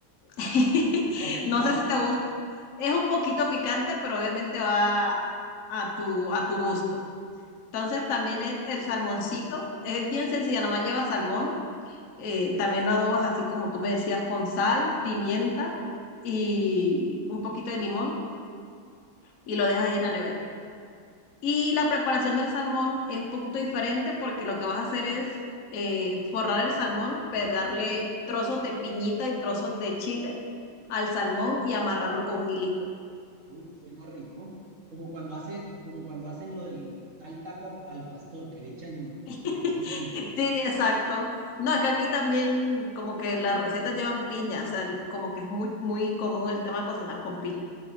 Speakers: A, on the left; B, on the right.
A: <laughs>
B: Ya es picante.
A: No sé si te gusta, es un poquito picante, pero obviamente va a tu, a tu gusto. Entonces también es el salmoncito, es bien sencilla, nomás lleva salmón eh, también lo adobas así como tú me decías, con sal, pimienta y un poquito de limón y lo dejas ahí en la nevera. Y la preparación del salmón es un poquito diferente porque lo que vas a hacer es eh, forrar el salmón, pegarle trozos de piñita y trozos de chile al salmón y amarrarlo con un hilito.
B: Uy, suena rico. Como cuando hace, como cuando hacen lo del tal taco a- al pastor que le echan,
A: <laughs>
B: que le echan
A: Sí,
B: piña.
A: exacto. No, es que aquí también como que las recetas llevan piña, o sea, el- como que es muy, muy común el tema de cocinar con piña.